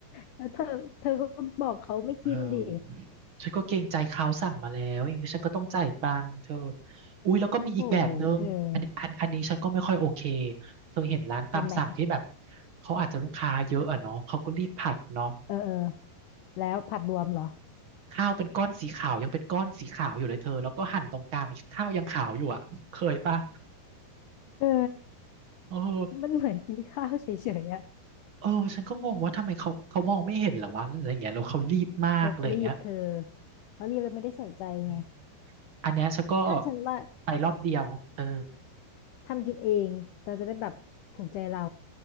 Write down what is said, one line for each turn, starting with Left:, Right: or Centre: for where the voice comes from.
Left: แล้วเธอเธอก็บอกเขาไม่กินดิ
Right: เออฉันก็เกรงใจเขาสั่งมาแล้วอย่างนี้ฉันก็ต้องจ่ายตังค์เธออุ้ยแล้วก็มีอีกแบบนึงอันนี้อันอันนี้ฉันก็ไม่ค่อยโอเค
Left: โอ้ยเธอ
Right: เธอเห็นร้านตามสั่งที่แบบ
Left: แบบไหน
Right: เขาอาจจะลูกค้าเยอะอะเนาะเขาก็รีบผัดเนาะ
Left: เออเออแล้วผัดรวมเหรอ
Right: ข้าวเป็นก้อนสีขาวยังเป็นก้อนสีขาวอยู่เลยเธอแล้วก็หั่นตรงกลางข้าวยังขาวอยู่อ่ะเคยปะ
Left: เคย
Right: เออ
Left: มันเหมือนกินข้าวเฉยๆอะ
Right: เออฉันก็งงว่าทำไมเขาเขามองไม่เห็นเหรอวะอะไรอย่างเงี้ยแล้วเขารีบมากอะไรอย่างเงี้ย
Left: เขารีบเธอเขารีบแล้วไม่ได้ใส่ใจไง
Right: อืมอันเนี้ยฉันก็
Left: ถ้าฉันว่า
Right: ไปรอบเดียวเออ
Left: ทำกินเองเราจะได้แบบถูกใจเรา